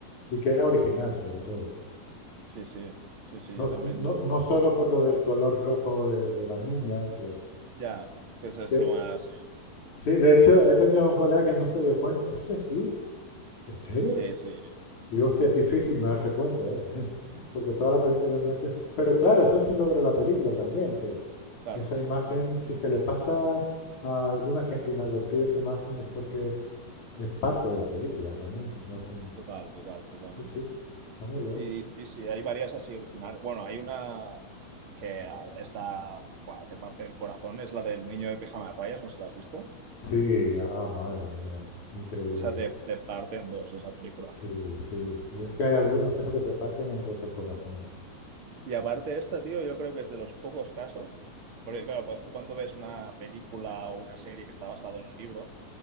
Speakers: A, on the left (about 50°); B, on the right (about 40°).
A: y que era original sobre todo.
B: Sí, sí, sí, sí,
A: No,
B: yo también,
A: no, no solo por lo del color rojo de, de la niña, que,
B: ya, que eso es
A: que-
B: lo más... Sí,
A: sí, de hecho he tenido un colega que no se dio cuenta. Hostia, sí, ¿en serio?
B: sí, sí,
A: Y hostia, es difícil no darse cuenta, ¿eh? <laughs> Porque toda la película en blanco y... Pero claro, eso es un logro de la película también, que
B: claro.
A: esa imagen, si se le pasa a alguna gente inadvertida esa imagen, es porque es parte de la película realmente, no es un...
B: Total, total, totalmente.
A: Sí, sí, está muy bien.
B: Y sí, sí, hay varias así originales. Bueno, hay una que ah, está, buah, te parte el corazón, es la del niño de pijama de rayas, no sé si la has visto.
A: Sí, ah, madre mía, increíble.
B: Esa te, te parte en dos, esa película.
A: Sí, sí, sí. Es que hay algunos eso que te parten en dos el corazón.
B: Y aparte esta, tío, yo creo que es de los pocos casos, porque claro, cu- tú cuando ves una película o una serie que está basada en un libro,